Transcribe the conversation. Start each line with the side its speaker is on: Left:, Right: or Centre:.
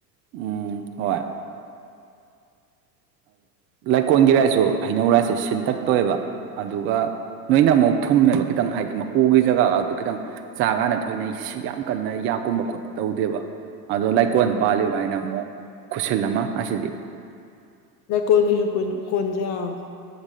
Right: ꯎꯝ ꯍꯣꯏ ꯂꯩꯀꯣꯟꯜꯒꯤꯔꯥꯏꯁꯨ ꯍꯩꯅꯧ ꯔꯥꯏꯁꯦ ꯁꯤꯟꯇꯛꯇꯣꯏꯑꯕ ꯑꯗꯨꯒ ꯅꯣꯏꯅ ꯑꯃꯨꯛ ꯊꯨꯝꯃꯦꯕ ꯈꯤꯇꯪ ꯍꯥꯏꯗꯤ ꯃꯀꯨꯒꯤ ꯖꯒꯥꯇꯣ ꯈꯤꯇꯪ ꯆꯥ ꯀꯥꯟꯗ ꯊꯣꯏꯅ ꯁꯤ ꯌꯥꯝ ꯀꯟꯅ ꯌꯥꯛꯀꯨꯝꯕ ꯈꯣꯠꯄ ꯇꯧꯗꯦꯕ ꯑꯗꯣ ꯂꯩꯀꯣꯟꯜ
Left: ꯎꯝ
Right: ꯄꯥꯜꯂꯤꯕ ꯑꯩꯅ ꯑꯃꯨꯛ ꯈꯨꯁꯤꯜ ꯑꯃ ꯑꯁꯤꯗꯤ
Left: ꯂꯩꯀꯣꯟꯜꯒꯤꯁꯨ ꯀꯣꯟꯁꯦ ꯌꯥꯝ